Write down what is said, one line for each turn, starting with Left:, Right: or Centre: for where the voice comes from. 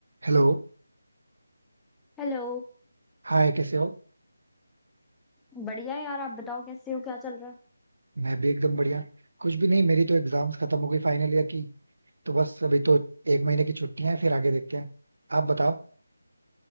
Right: Hello
Centre: Hello
Right: Hi कैसे हो
Centre: बढ़िया यार आप बताओ कैसे हो क्या चल रहा है
Right: मैं भी एकदम बढ़िया कुछ भी नहीं मेरी तो एग्जाम्स खत्म हो गई फाइनल ईयर की तो बस अभी तो एक महीने की छुट्टियां हैं फिर आगे देखते हैं आप बताओ